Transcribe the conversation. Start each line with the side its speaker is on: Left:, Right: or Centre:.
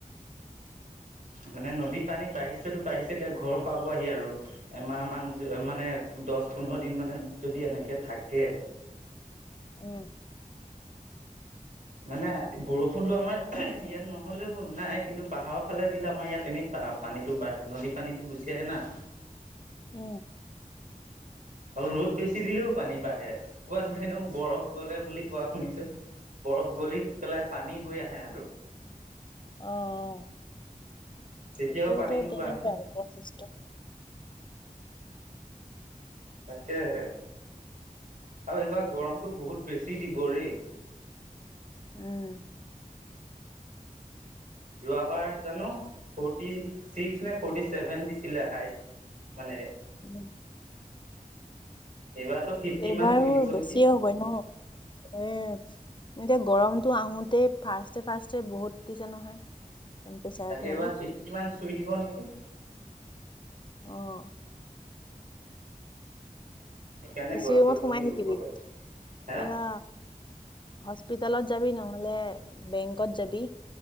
Right: মানে নদী পানী বাঢ়িছেতো বাঢ়িছে এতিয়া ঘৰ পাবহি আৰু এমাহ মান মানে দহ পোন্ধৰ দিন মানে যদি এনেকে থাকে
Left: উম
Right: মানে বৰষুণতো আমাৰ ইয়াত নহলেও নাই কিন্তু পাহাৰৰ ফালে দিলে আমাৰ ইয়াত এনেই পাহ পানীটো বাঢ়ে নদী পানীতটো গুচি আহে না
Left: উ
Right: আৰু ৰ'দ বেছি দিলেও পানী বাঢ়ে ক'ৰবাতোনো বৰফ গলে বুলি কোৱা শুনিছো বৰফ গলি পেলাই পানী হৈ আহে। হে আৰু
Left: আহ
Right: তেতিয়াও
Left: এইটোতো
Right: পানীটো
Left: তেনেকাই
Right: বাঢ়ে
Left: প্ৰচেছ টো
Right: তাকেহে আৰু এইবাৰ গৰমটো বহুত বেছি দিব ৰেই
Left: উম
Right: যোৱাবাৰ জানো ফৰ্টি ছিক্স নে ফৰ্টি চেভেন দিছিলে হাইষ্ট মানে
Left: উম।
Right: এইবাৰতো ফিফটি
Left: এইবাৰো
Right: মান চুই দিব
Left: বেছিয়ে
Right: নেকি
Left: হ'ব ন এ এতিয়া গৰম। তো আহোতেই ফাৰ্ষ্টে ফাৰ্ষ্টে বহুত দিছে নহয়। টেম্পেচাৰটো
Right: তাকে
Left: মানে
Right: এইবাৰ ছিক্সটি মান চুই দিব নেকি?
Left: অঁ
Right: সেইকাৰণে
Left: এ
Right: গছ
Left: চি ৰুমত
Right: গছনি
Left: সোমাই থাকিবি
Right: ৰুব লাগে হা
Left: এয়া হস্পিতেলত যাবি ন নহলে বেংকত যাবি।